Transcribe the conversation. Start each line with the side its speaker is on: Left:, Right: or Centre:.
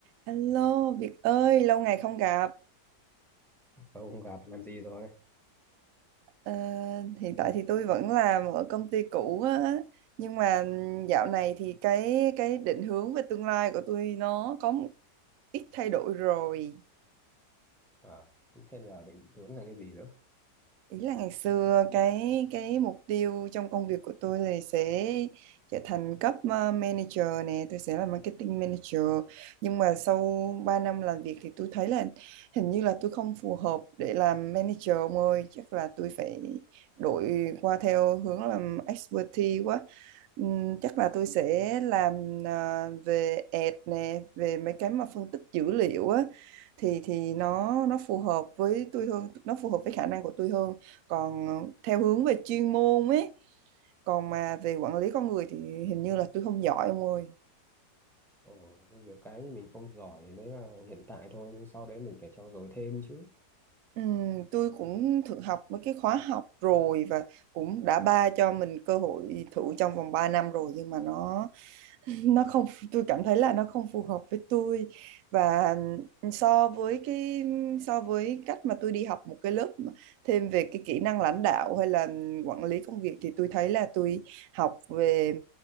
Right: Alo Việt ơi, lâu ngày không gặp.
Centre: Lâu không gặp làm gì rồi?
Right: Ờ, hiện tại thì tôi vẫn làm ở công ty cũ á, nhưng mà dạo này thì cái cái định hướng về tương lai của tôi nó có một ít thay đổi rồi.
Centre: Ờ, thế giờ định hướng là cái gì nữa?
Right: ý là ngày xưa cái cái mục tiêu trong công việc của tôi là sẽ trở thành cấp uh, manager nè tôi sẽ là marketing manager nhưng mà sau 3 năm làm việc thì tôi thấy là hình như là tôi không phù hợp để làm manager ông ơi chắc là tôi phải đổi qua theo hướng làm expertise quá Ừm, chắc là tôi sẽ làm à, về ad nè về mấy cái mà phân tích dữ liệu á thì thì nó nó phù hợp với tôi hơn nó phù hợp với khả năng của tôi hơn còn theo hướng về chuyên môn ấy còn mà về quản lý con người thì hình như là tôi không giỏi ông ơi
Centre: Ồ, có nhiều cái mình không giỏi đấy là hiện tại thôi, nhưng sau đấy mình phải trau dồi thêm chứ.
Right: Ừm, tôi cũng thử học mấy cái khóa học rồi và cũng đã ba cho mình cơ hội thử trong vòng 3 năm rồi nhưng mà nó nó không tôi cảm thấy là nó không phù hợp với tôi và ừ, so với cái so với cách mà tôi đi học một cái lớp mà thêm về cái kỹ năng lãnh đạo hay là quản lý công việc thì tôi thấy là tôi học về